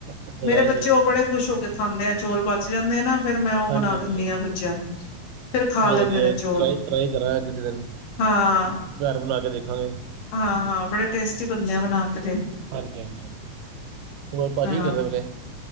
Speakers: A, on the right; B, on the left.
A: ਹਾਂਜੀ
B: ਮੇਰੇ ਬੱਚੇ ਉਹ ਬੜੇ ਖੁਸ਼ ਹੋ ਕੇ ਖਾਂਦੇ ਆ ਚੌਲ ਪਚ ਜਾਂਦੇ ਆ ਨਾ ਫਿਰ ਮੈਂ ਉਹ ਬਣਾ
A: ਹਾਂਜੀ ਹਾਂਜੀ
B: ਦਿੰਦੀ ਹਾਂ ਬੱਚਿਆਂ ਨੂੰ ਫਿਰ
A: ਚਲੋ
B: ਖਾ ਲੈਂਦੇ
A: ਵਧੀਆ
B: ਨੇ ਚੌਲ
A: ਟਰਾਈ ਟਰਾਈ ਕਰਾਂਗੇ ਕਿਸੇ ਦਿਨ
B: ਹਾਂ
A: ਘਰ ਬੁਲਾ ਕੇ ਦੇਖਾਂਗੇ
B: ਹਾਂ ਹਾਂ ਬੜੇ ਟੇਸਟੀ ਬਣਦੇ ਆ ਬਣਾ ਕੇ ਦੇਖ
A: ਹਾਂਜੀ ਹਾਂਜੀ ਹਾਂਜੀ ਹੋਰ ਭਾਜੀ
B: ਹਾਂ
A: ਕੀ ਕਰਦੇ ਪਏ ਨੇ